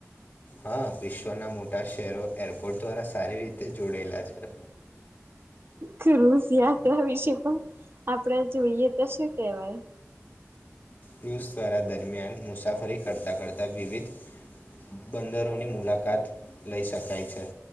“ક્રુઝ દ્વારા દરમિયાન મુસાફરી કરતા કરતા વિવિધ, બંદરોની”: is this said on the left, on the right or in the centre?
Left